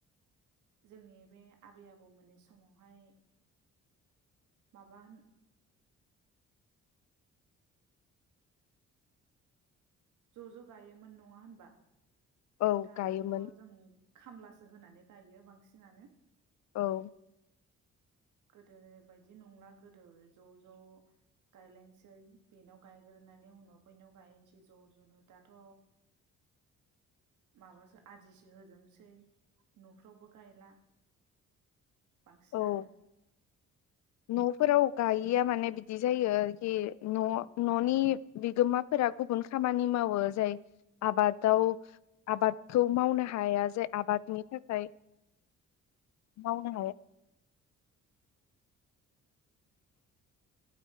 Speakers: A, on the right (about 80°); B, on the left (about 65°).
A: जोंनि बे आबै आबौमोननि समावहाय माबा होन ज' ज' गायोमोन नङा होनबा
B: औ
A: दाथ'
B: गायोमोन
A: जों खामलासो होनानै गायो बांसिनानो
B: औ
A: गोदो बायदि नंला गोदो ज' ज' गायलायनोसै बेनाव गायग्रोनानै उनाव बैनाव गायैसै ज' ज'नो दाथ' माबासो आदिसो होजोबनोसै न'फ्रावबो गायला। बांसिनानो
B: औ न'फोराव गायिया माने बिदि जायो आरोखि न न'नि बिगोमाफोरा गुबुन खामानि मावो जाय आबादाव आबादखौ मावनो हाया जाय आबादनि थाखाय मावनो हाया।